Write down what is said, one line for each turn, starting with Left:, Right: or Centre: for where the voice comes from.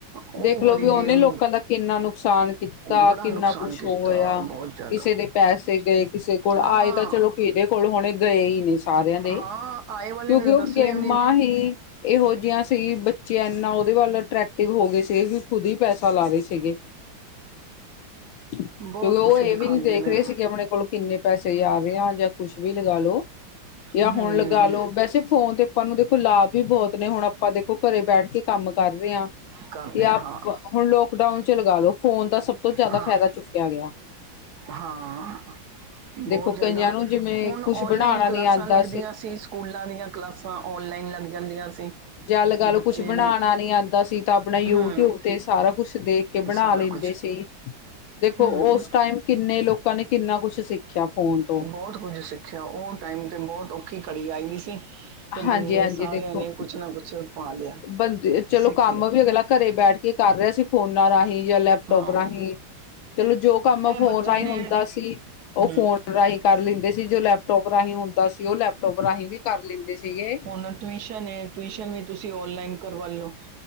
Right: ਉਹ
Left: ਦੇਖਲੋ
Right: ਬੜੀ
Left: ਵੀ ਉਹਨੇ
Right: ਗੇਮ
Left: ਲੋਕਾਂ ਦਾ ਕਿੰਨਾ ਨੁਕਸਾਨ ਕੀਤਾ
Right: ਬੜਾ
Left: ਕਿੰਨਾ
Right: ਨੁਕਸਾਨ
Left: ਕੁਝ
Right: ਕੀਤਾ
Left: ਹੋਇਆ
Right: ਬਹੁਤ ਜ਼ਿਆਦਾ
Left: ਕਿਸੇ ਦੇ ਪੈਸੇ ਗਏ ਕਿਸੇ ਕੋਲ
Right: ਹਾਂ
Left: ਆਏ ਤਾਂ ਚਲੋ ਕਿਹਦੇ ਕੋਲ ਹੁਣੇ ਗਏ ਹੀ ਨੇ ਸਾਰਿਆਂ ਦੇ।
Right: ਹਾਂ ਆਏ ਵਾਲੇ
Left: ਕਿਉਂਕਿ
Right: ਨੇ
Left: ਓਹ
Right: ਦੱਸਣੇ
Left: ਗੇਮਾ
Right: ਵੀ ਨਹੀਂ
Left: ਹੀ ਇਹੋ ਜਿਹੀਆਂ ਸੀ ਬੱਚੇ ਇਨਾ ਉਹਦੇ ਵੱਲ ਐਕਟਰਤਿਵੇ ਹੋ ਗਏ ਸੀ ਵੀ ਖੁਦ ਹੀ ਪੈਸਾ ਲਾਵੇ। ਸੀਗੇ ਕਿਉਂਕਿ
Right: ਬਹੁਤ
Left: ਉਹ
Right: ਕੁਛ
Left: ਇਹ
Right: ਦਿਖਾਉਂਦੇ
Left: ਵੀ ਨਹੀਂ ਦੇਖ
Right: ਨੇ
Left: ਰਹੇ ਸੀਗੇ ਆਪਣੇ ਕੋਲ ਕਿੰਨੇ ਪੈਸੇ ਆ ਰੇ ਆ ਜਾਂ ਕੁਛ ਵੀ ਲਗਾ ਲੋ ਯਾ
Right: ਹਮ
Left: ਹੁਣ ਲਗਾ ਲੋ ਵੈਸੇ ਫੋਨ ਤੇ ਸਾਨੂੰ ਦੇਖੋ ਲਾਭ ਵੀ ਬਹੁਤ ਨੇ, ਹੁਣ ਆਪਾਂ ਦੇਖੋ ਘਰੇ ਬੈਠ ਕੇ ਕੰਮ ਕਰ ਰਹੇ ਹਾਂ,
Right: ਕਰਦੇ
Left: ਤੇ ਆਪ
Right: ਹਾਂ
Left: ਹੁਣ ਲੋਕਡਾਊਨ 'ਚ ਲਗਾ ਲਓ ਫੋਨ ਦਾ ਸਭ ਤੋਂ ਜ਼ਿਆਦਾ
Right: ਹਾਂ
Left: ਫਾਇਦਾ ਚੁੱਕਿਆ ਗਿਆ।
Right: ਹਾਂ, ਬਹੁਤ
Left: ਦੇਖੋ
Right: ਜ਼ਿਆਦਾ।
Left: ਕਈਆਂ ਨੂੰ ਜਿਵੇਂ
Right: ਹੁਨ ਓਨਲਾਈਨ
Left: ਕੁਛ ਬਣਾਉਣਾ
Right: ਕਲਾਸਾਂ
Left: ਨੀ ਆਉਂਦਾ
Right: ਲੱਗਦੀਆਂ ਸੀ, ਸਕੂਲਾਂ ਦੀਆਂ ਕਲਾਸਾਂ ਓਨਲਾਈਨ ਲੱਗ ਜਾਂਦੀਆਂ ਸੀ।
Left: ਜਾ ਲਗਾ ਲਓ
Right: ਬੱਚੇ
Left: ਕੁਛ ਬਣਾਣਾ
Right: ਵੀ
Left: ਨੀ ਆਂਦਾ ਸੀ ਤਾਂ ਆਪਣਾ ਯੂਟਿਊਬ
Right: ਹੂੰ
Left: ਤੇ ਸਾਰਾ ਕੁਛ ਦੇਖ ਕੇ ਬਣਾ
Right: ਸਾਰਾ
Left: ਲੈਂਦੇ
Right: ਕੁਝ
Left: ਸੀ, ਦੇਖੋ
Right: ਹੂੰ
Left: ਉਸ ਟਾਈਮ ਕਿੰਨੇ ਲੋਕਾਂ ਨੇ, ਕਿੰਨਾ ਕੁਛ ਸਿੱਖਿਆ। ਫੋਨ ਤੋਂ
Right: ਬਹੁਤ ਕੁੱਝ ਸਿੱਖਿਆ ਉਹ ਟਾਈਮ ਤੇ, ਬਹੁਤ ਔਖੀ ਘੜੀ ਆਈ ਦੀ ਸੀ। ਤੇ
Left: ਹਾਂਜੀ
Right: ਬੰਦੇ
Left: ਹਾਂਜੀ
Right: ਸਾਰਿਆਂ
Left: ਦੇਖੋ
Right: ਨੇ ਕੁਛ ਨਾ ਕੁਛ ਪਾ ਲਿਆ,
Left: ਬੰਦੇ ਚਲੋ
Right: ਸਿੱਖ
Left: ਕੰਮ
Right: ਲੇਆ।
Left: ਵੀ ਅਗਲਾ ਘਰੇ ਬੈਠ ਕੇ ਕਰ ਰਹੇ ਸੀ ਫੋਨਾਂ ਰਾਹੀਂ ਯਾ ਲੈ ਲੈਪਟੋਪ
Right: ਹਾਂ
Left: ਰਾਹੀਂ, ਚਲੋ ਜੋ ਕੰਮ
Right: ਇਹ
Left: ਫੋਨ
Right: ਬੱਚਿਆਂ
Left: ਰਾਹੀਂ
Right: ਨੇ
Left: ਹੁੰਦਾ ਸੀ ਉਹ
Right: ਹੂੰ
Left: ਫੋਨ ਰਾਹੀਂ ਕਰ ਲੈਂਦੇ ਸੀ, ਜੋ ਲੈਪਟੋਪ ਰਾਹੀਂ ਹੁੰਦਾ ਸੀ ਉਹ ਲੈਪਟੋਪ ਰਾਹੀਂ ਵੀ ਕਰ ਲੈਂਦੇ ਸੀਗੇ।
Right: ਓਨਾ ਨੂੰ ਟਿਊਸ਼ਨ ਏ ਟਿਊਸ਼ਨ ਵੀ ਤੁਸੀਂ ਔਨਲਾਈਨ ਕਰਵਾ ਲੋ।